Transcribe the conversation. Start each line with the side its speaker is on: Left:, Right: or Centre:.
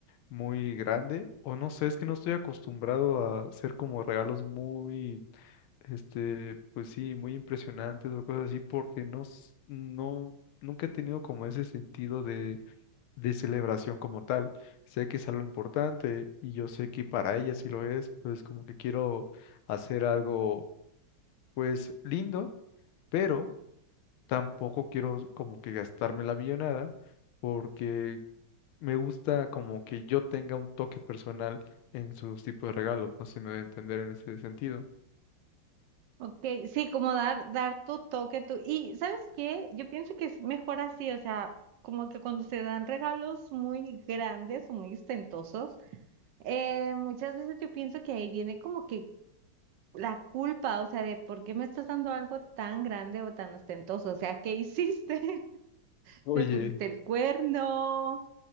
Left: muy grande, o no sé, es que no estoy acostumbrado a hacer como regalos muy, este, pues sí, muy impresionantes o cosas así, porque no, s- no, nunca he tenido como ese sentido de celebración como tal. Sé que es algo importante y yo sé que para ella sí lo es, entonces como que quiero hacer algo pues lindo, pero tampoco quiero como que gastarme la millonada porque me gusta como que yo tenga un toque personal en sus tipos de regalos, no sé si me voy a entender en ese sentido.
Right: Ok, sí, como dar, dar tu toque, tu... Y ¿sabes qué? Yo pienso que es mejor así, o sea, como que cuando se dan regalos muy grandes o muy ostentosos, eh, muchas veces yo pienso que ahí viene como que la culpa, o sea, de por qué me estás dando algo tan grande o tan ostentoso, o sea, ¿qué hiciste? <laughs>
Left: Oye,
Right: ¿Me pusiste el cuerno?